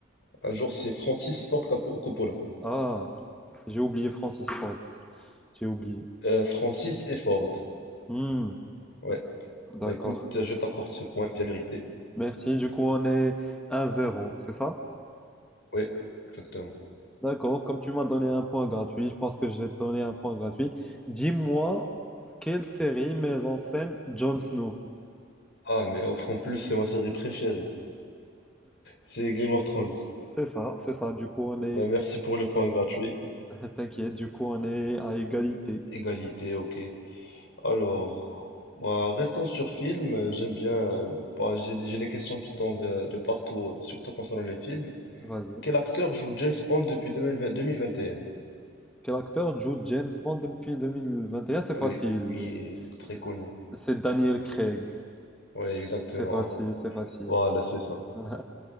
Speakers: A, on the left; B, in the centre.
A: un jour, c'est Francis Ford Capo- Coppola.
B: Ah, j'ai oublié Francis Ford. J'ai oublié.
A: Euh, Francis et Ford.
B: Hmm,
A: Ouais.
B: d'accord.
A: Bah écoute, je t'accorde ce point bien mérité.
B: Merci. Du coup, on est un zéro, c'est ça?
A: Ouais, exactement.
B: D'accord, comme tu m'as donné un point gratuit, je pense que je vais te donner un point gratuit. Dis-moi, quelle série met en scène Jon Snow?
A: Ah, mais en en plus, c'est ma série préférée. C'est Game of Thrones.
B: C'est ça, c'est ça. Du coup, on est...
A: Bah merci pour le point gratuit.
B: <laughs> T'inquiète, du coup, on est à égalité.
A: Égalité, ok. Alors, bah, restons sur film. euh, J'aime bien. euh, bah, j'ai des, j'ai des questions qui tombent euh, de partout, euh, surtout concernant les films.
B: Vas-y.
A: Quel acteur joue James Bond depuis 2020 2021?
B: Quel acteur joue James Bond depuis deux mille vingt et un C'est facile.
A: Oui, lui est très
B: C'est
A: connu.
B: c'est Daniel Craig.
A: Oui, exactement.
B: C'est facile, c'est facile.
A: <laughs> Voilà, c'est ça.
B: <laughs>